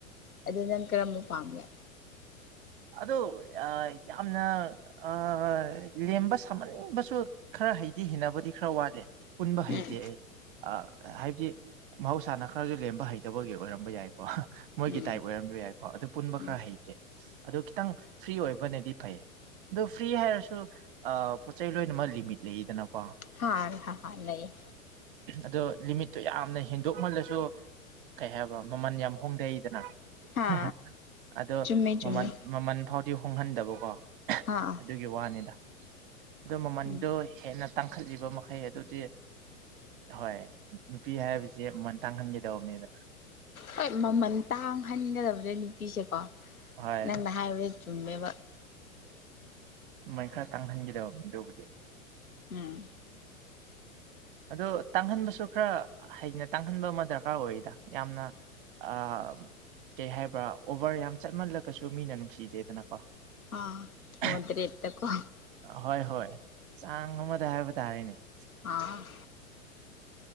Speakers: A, on the left; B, on the right.
A: ꯑꯗꯨ ꯅꯪ ꯀꯔꯝꯕ ꯄꯥꯝꯃꯤ꯫
B: ꯑꯗ ꯨ ꯑ ꯌꯥꯝꯅ ꯑ ꯂꯦꯝꯕ ꯁꯥꯃꯟꯕꯁꯨ ꯈꯔ ꯍꯩꯗꯤ ꯍꯦꯅꯕꯗꯤ ꯈꯔ ꯋꯥꯠꯂꯦ꯫ ꯄꯨꯟꯕ ꯍꯩꯇꯦ
A: ꯎꯝ
B: ꯑꯩ ꯑ ꯍꯥꯏꯕꯗꯤ ꯃꯍꯧꯁꯥꯅ ꯈꯔꯁꯨ ꯂꯦꯝꯕ ꯍꯩꯇꯕꯒꯤ ꯑꯣꯏꯔꯝꯕ ꯌꯥꯏꯀꯣ ꯃꯣꯏꯒꯤ
A: ꯎꯝ ꯎꯝ
B: ꯇꯥꯏꯞ ꯑꯣꯏꯔꯝꯕ ꯌꯥꯏꯀꯣ ꯑꯗꯨ ꯄꯨꯟꯕ
A: ꯎꯝ
B: ꯈꯔ ꯍꯩꯇꯦ꯫ ꯑꯗꯨ ꯈꯤꯇꯪ ꯐ꯭ꯔꯤ ꯑꯣꯏꯕꯅꯗꯤ ꯐꯩꯌꯦ꯫ ꯑꯗꯨ ꯐ꯭ꯔꯤ ꯍꯥꯏꯔꯁꯨ ꯄꯣꯠꯆꯩ ꯂꯣꯏꯅꯃꯛ ꯂꯤꯃꯤꯠ ꯂꯩꯌꯦꯗꯅꯀꯣ꯫
A: <unintelligible> ꯂꯩꯌꯦ꯫
B: ꯑꯗꯣ ꯂꯤꯃꯤꯠꯇꯨ ꯌꯥꯝꯅ ꯍꯦꯟꯗꯣꯛꯃꯜꯂꯁꯨ ꯀꯩ ꯍꯥꯏꯕ꯭ꯔꯥ ꯃꯃꯜ ꯌꯥꯝ ꯍꯣꯡꯗꯩꯗꯅ꯫
A: ꯍꯥ
B: <unintelligible> ꯑꯗꯣ
A: ꯆꯨꯝꯃꯦ ꯆꯨꯝꯃꯦ
B: ꯃꯃꯟ ꯃꯃꯟ ꯐꯥꯎꯗꯤ ꯍꯣꯡꯍꯟꯗꯕꯀꯣ꯫
A: ꯍꯥꯥ
B: ꯑꯗꯨꯒꯤ ꯋꯥꯅꯤꯗ ꯑꯗꯨ ꯃꯃꯟꯗꯣ
A: ꯎꯝ
B: ꯍꯦꯟꯅ ꯇꯥꯡꯈꯠꯂꯤꯕ ꯃꯈꯩ ꯑꯗꯨꯗꯤ ꯍꯣꯏ ꯅꯨꯄꯤ ꯍꯥꯏꯕꯁꯦ ꯃꯃꯟ ꯇꯥꯡꯍꯟꯒꯦꯇꯧꯕꯅꯤꯗ
A: ꯍꯣꯏ ꯃꯃꯟ ꯇꯥꯡꯍꯟꯒꯗꯕꯅꯦ ꯅꯨꯄꯤꯁꯦꯀꯣ
B: ꯍꯣꯏ
A: ꯅꯪꯅ ꯍꯥꯏꯕꯗ ꯆꯨꯝꯃꯦꯕ꯫
B: ꯃꯃꯟ ꯈꯔ ꯇꯥꯡꯍꯟꯒꯦꯇꯧꯕꯅꯦ ꯑꯗꯨꯕꯨꯗꯤ꯫
A: ꯎꯝ
B: ꯑꯗꯨ ꯇꯥꯡꯍꯟꯕꯁꯨ ꯈꯔ ꯍꯩꯅ ꯇꯥꯡꯍꯟꯕ ꯑꯃ ꯗꯔꯀꯥꯔ ꯑꯣꯏꯗ ꯌꯥꯝꯅ ꯑ ꯀꯩ ꯍꯥꯏꯕ꯭ꯔꯥ ꯑꯣꯕꯔ ꯌꯥꯝ ꯆꯠꯃꯜꯂꯒꯁꯨ ꯃꯤꯅ ꯅꯨꯡꯁꯤꯗꯦꯗꯅꯀꯣ
A: ꯑꯥ
B: <unintelligible>
A: ꯃꯣꯗꯔꯦꯠꯇꯀꯣ
B: ꯍꯣꯏ ꯍꯣꯏ ꯆꯥꯡ ꯑꯃꯗ ꯍꯥꯏꯕ ꯇꯥꯔꯦꯅꯦ <inaudible>
A: ꯑꯥ